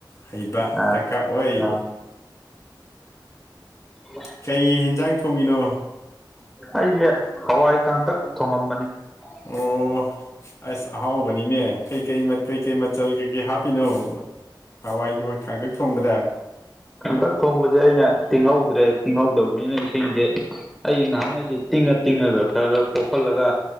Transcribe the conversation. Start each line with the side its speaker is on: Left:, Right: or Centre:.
Left: ꯍꯩꯕ
Centre: ꯑꯥ
Left: ꯗꯀꯥ ꯑꯣꯏ
Centre: ꯑꯥ ꯍꯣꯏ
Left: ꯀꯩ ꯍꯦꯟꯖꯥꯡ ꯊꯣꯡꯉꯤꯅꯣ
Centre: ꯑꯩꯁꯦ ꯍꯋꯥꯏ ꯀꯥꯡꯇꯛ ꯊꯣꯡꯉꯝꯕꯅꯤ <unintelligible>
Left: ꯑꯣ ꯑꯁ ꯑꯍꯥꯎꯕꯅꯤꯅꯦ ꯀꯩꯀꯩ ꯃꯠ ꯀꯩꯀꯩ ꯃꯆꯥꯜ ꯀꯩꯀꯩ ꯍꯥꯞꯄꯤꯅꯣ ꯍꯋꯥꯏ ꯗꯣꯏ ꯀꯥꯡꯇꯛ ꯊꯣꯡꯕꯗ
Centre: ꯀꯥꯡꯇꯛ ꯊꯣꯡꯕꯖꯦ ꯑꯩꯅ ꯇꯤꯡꯍꯧꯗ꯭ꯔꯦ ꯇꯤꯡꯍꯧꯗꯕꯅꯤꯅ ꯏꯁꯤꯡꯁꯦ ꯑꯩ ꯅꯍꯥꯟꯈꯩꯗꯤ ꯇꯤꯡꯉ ꯇꯤꯡꯉꯒ ꯈꯔ ꯈꯔ ꯄꯣꯞꯍꯜꯂꯒ